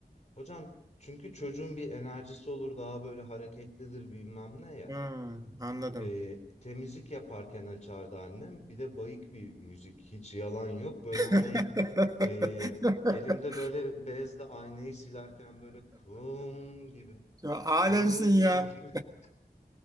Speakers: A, on the left; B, on the right.
A: hocam çünkü çocuğun bir enerjisi olur daha böyle hareketlidir bilmem ne ya.
B: Ha, anladım.
A: Ee, temizlik yaparken açardı annem. Bir de bayık bir müzik hiç yalan yok. Böyle
B: <laughs>
A: hani Ee, elimde böyle bezle aynayı silerken böyle kum gibi,
B: Ya alemsin
A: kum
B: ya.
A: gibi. <laughs>